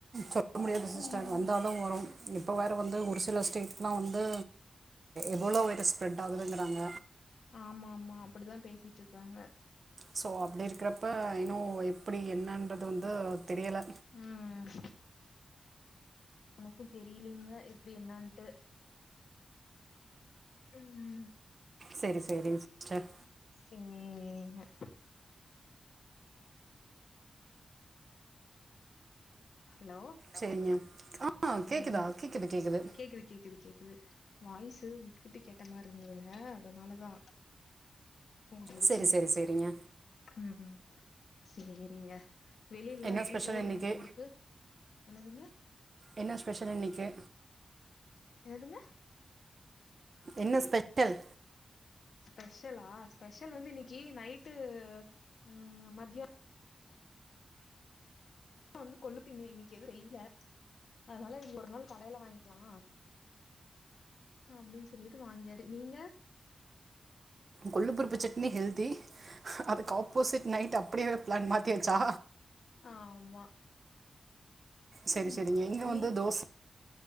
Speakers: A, on the right; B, on the left.
A: சொல்ல முடியாது <unintelligible>
B: ம்
A: ஸ்டாண்ட் வந்தாலு வரும் இப்ப வேற வந்து ஒரு சில ஸ்டேட்லா வந்து எபோளோ வைரஸ் ஸ்பரெட் ஆகுதுங்கிறாங்க
B: ஆமா ஆமா அப்டிதா பேசிட்ருக்கிறாங்க
A: ஸோ அப்டி இருக்கிறப்ப இன்னு எப்டி என்னன்றது வந்து தெரியல
B: ம் எனக்கு தெரியலீங்க எப்டி என்னட்டு ம்
A: செரி செரி சிஸ்டர்
B: சேரிங்க ஹலோ
A: சேரிங்க ஆ கேட்குதா
B: ம்
A: கேட்குது கேட்குது
B: கேக்குது கேக்குது கேக்குது வாய்ஸு விட்டு விட்டு கேட்ட மாரி இருந்ததுங்க அதனாலதா படிச்சே
A: சரி சரி சரிங்க
B: ம் சேரிங்க வெளியிலல்லா
A: என்ன
B: எங்கியும்
A: ஸ்பெஷல்
B: போலீங்களா
A: இன்னைக்கு
B: ஊருக்கு என்னதுங்க
A: என்ன ஸ்பெஷலு இன்னைக்கு
B: என்னதுங்க
A: என்ன ஸ்பெஷல்
B: ஸ்பெஷலா ஸ்பெஷல் வந்து இன்னைக்கு நைட்டு ம் மத்ய வந்து கொல்லு <unintelligible> இன்னைக்கு எது செய்ல அதனால இன்னைக்கு ஒரு நாள் கடையில வாங்கிக்கலா அப்டின்னு சொல்லிட்டு வாங்கியாது நீங்க
A: கொள்ளுபருப்பு சட்னி ஹெல்தி அதுக்கு ஆப்போசிட் நைட் அப்டியே பிளான் மாத்தியாச்சா
B: ஆமா
A: சேரி
B: ம்
A: சேரிங்க இங்க
B: நீ
A: வந்து தோச